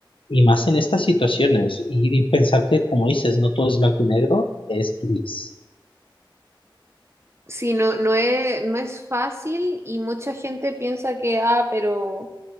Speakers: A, on the left; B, on the right.
A: y más en estas situaciones, y, y pensar que, como dices, no todo es blanco y negro, es gris.
B: Sí, no, no es, no es fácil y mucha gente piensa que, ah, pero